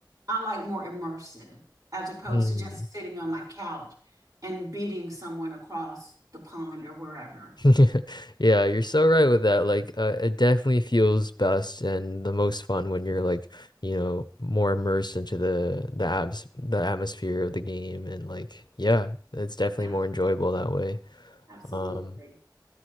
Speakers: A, on the right; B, on the left.
A: I like more immersive as opposed
B: Mm.
A: to just sitting on my couch and beating someone across the pond or wherever.
B: <laughs>
A: <laughs>
B: Yeah, you're so right with that. Like, uh, it definitely feels best and the most fun when you're like, you know, more immersed into the the abs the atmosphere of the game and like, yeah, it's definitely
A: Yeah,
B: more enjoyable that way.
A: Absolutely.
B: Um,